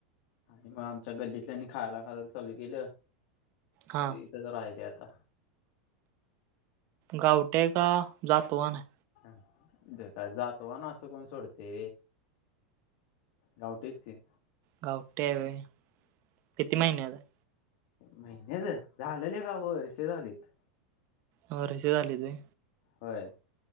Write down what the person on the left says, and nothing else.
आणि मग आमच्या गल्लीतल्यानी खायला घालाय चालू केलं.
ते इथं तर राहिले आता.
ह ज काय जातो ना असं कोण सोडते. गावटच की.
महिन्याच झालं, लेका वर्ष झालीत.
होय.